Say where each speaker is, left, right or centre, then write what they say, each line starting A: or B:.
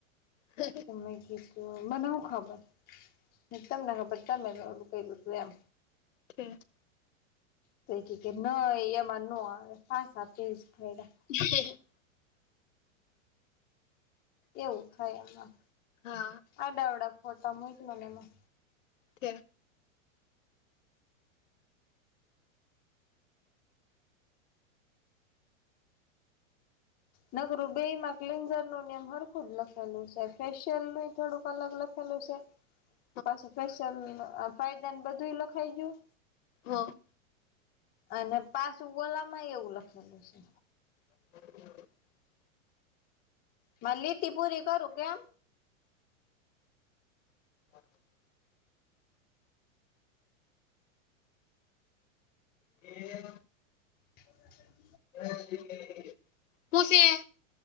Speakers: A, on the left (about 65°); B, on the left (about 20°).
A: હ અ,
B: તો મેં કીધું મને શું ખબર, નિતના હબ તમે ઓલું કરું તું એમ,
A: ઠીક,
B: તોઈ કે કે નહીં એમાં નો આવે પાસા પેઈજ ફાયડા,
A: હ <inaudible>
B: એવું થાય એમાં,
A: હા,
B: આડાહવડા ફોટા મોકલા એમાં.
A: છે,
B: નકરૂ બેમા કલીંગજર નું સરખું લખેલું ફેશિયલ છે ફેશિયલ ન થોડુંક અલગ લખેલું છે,
A: <inaudible>
B: પાછું ફેશિયલ ફાયદા બધું લખાઈ ગયું.
A: હા,
B: અને પાચ ઉગલા માંય એવું લખેલું છે.
A: <inaudible>
B: મલી તી પૂરી કરું કેમ.
A: <inaudible> એ.
B: <unintelligible>
A: હ <unintelligible> ખુશી.